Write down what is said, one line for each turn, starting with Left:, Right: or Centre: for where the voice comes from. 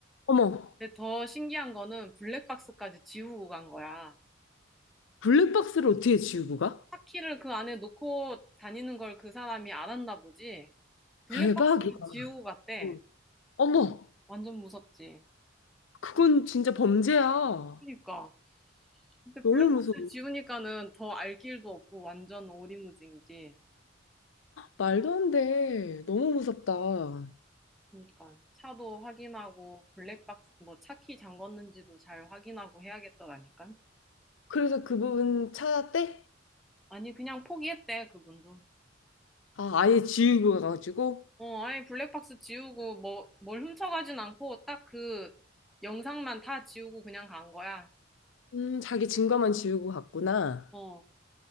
Left: 어머.
Centre: 근데 더 신기한 거는 블랙박스까지 지우고 간 거야.
Left: 블랙박스를 어떻게 지우고 가?
Centre: 차키를 그 안에 놓고 다니는 걸 그 사람이 알았나 보지. 블랙박스를
Left: 대박이다.
Centre: 지우고 갔대.
Left: 어. 어머,
Centre: 완전 무섭지.
Left: 그건 진짜 범죄야.
Centre: 그러니까. 근데
Left: 너무
Centre: 블랙박스
Left: 무서워.
Centre: 지우니까는 더 알 길도 없고 완전 오리무중이지.
Left: 말도 안 돼. 너무 무섭다.
Centre: 그러니까 차도 확인하고 블랙박스 뭐 차키 잠궜는지도 잘 확인하고 해야겠더라니까.
Left: 그래서 그 부분 찾았대?
Centre: 아니 그냥 포기했대 그분도.
Left: 아, 아예 지우고 가가지고?
Centre: 어 아니 블랙박스 지우고 뭐 뭘 훔쳐가진 않고 딱 그 영상만 다 지우고 그냥 간 거야.
Left: 음, 자기 증거만 지우고 갔구나.
Centre: 어